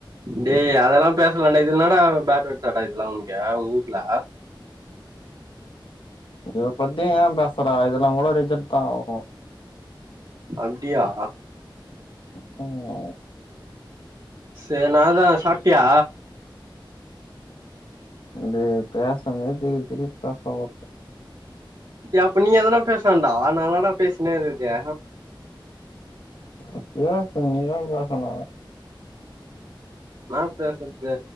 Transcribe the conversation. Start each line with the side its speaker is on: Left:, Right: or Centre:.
Right: டேய் அதெல்லா பேசலாம்டா இதென்னடா பேட் வேட்ஸாட இதுல்லாம் உன்கே உன் ஊட்ல
Left: இத பத்தி ஏன் பேசுற இதெல்லாம் கூட ரிஜெக்ட் தான் ஆகும்
Right: அப்டியா
Left: ம்கூம்
Right: சேரி நாதா சாப்டியா
Left: டேய் பேசும்போது திருப்பி திருப்பி பாப்பாங்க
Right: டே அப்ப நீ எதனா பேச வேண்டா நா என்னடா பேசினேருக்றது
Left: அப்டின இப்ப நீதான் பேசனு
Right: என்ன பேசுறது